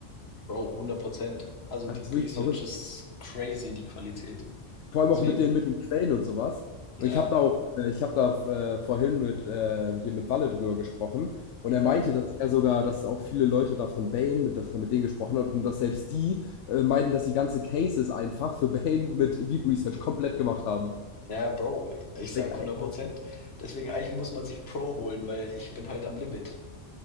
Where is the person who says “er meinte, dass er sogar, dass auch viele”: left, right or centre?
Left